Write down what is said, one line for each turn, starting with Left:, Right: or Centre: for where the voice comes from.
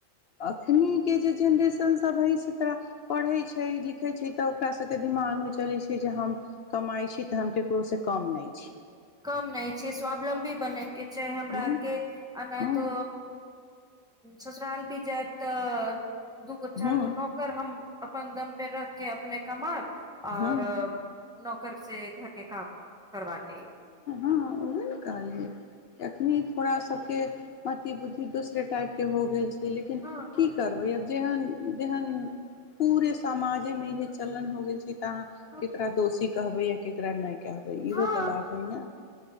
Left: एखनिके जे जेनरेशनसभ हइ से तोरा पढ़ैत छै लिखैत छै तऽ ओकास सभके दिमागमे चलैत छै जे हम कमाइत छी तऽ हम ककरोसँ कम नहि छी
Centre: कम नहि छय स्वावलम्बी बने के ने चाहै हमरा
Left: हूँ
Centre: आरके नहि
Left: हूँ
Centre: तो ससुराल भी जायब तऽ दूगो चारि
Left: हूँ
Centre: गो नौकर हम अपन दम पे रख के अपने कमा आओर
Left: हूँ
Centre: नौकर से घरके काम करवा लेब
Left: ह उऊहे ने कहलिय अखनी थोड़ा सब के मति बुद्धि दोसरे टाइप के हो गेल छै लेकिन
Centre: हँ
Left: की
Centre: हँ
Left: करबै आब जेहन जेहन पूरे समाजमे यै चलन हो गेल छै इत कहाॅं
Centre: हँ
Left: केकरा दोषी कहबे या केकरा नहि कहबे
Centre: हँ
Left: इहो तऽ बात छैना